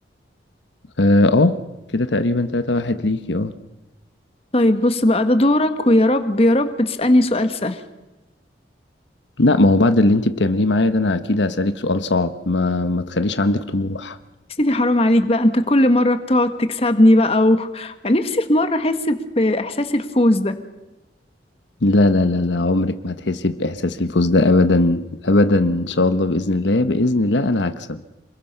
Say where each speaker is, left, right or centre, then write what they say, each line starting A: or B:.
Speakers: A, on the left; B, on the left.
A: اه آه، كده تقريبا تلاتة واحد ليكي اه
B: طيب بص بقى ده دورك ويا رب يا رب تسألني سؤال سهل
A: لا ما هو بعد اللي انت بتعمليه معايا ده انا اكيد هسألك سؤال صعب ما ما تخليش عندك طموح
B: سيدي حرام عليك بقى انت كل مرة بتقعد تكسبني بقى و... نفسي في مرة أحس بإحساس الفوز ده
A: لا لا لا لا عمرك ما هتحسي بإحساس الفوز ده أبدا أبدا إن شاء الله بإذن الله بإذن الله أنا هكسب